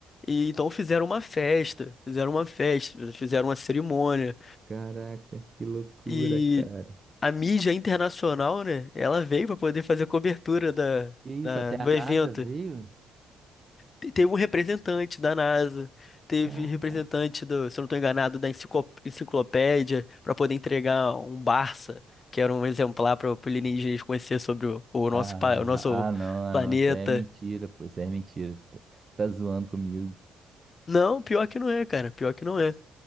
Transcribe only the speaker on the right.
Caraca, que loucura,
cara.
Que isso,
até
a
NASA veio?
cara.
Ah,
ah, não, ah,
não, isso aí é mentira, pô, isso aí é mentira. Você Tá, tá zoando comigo.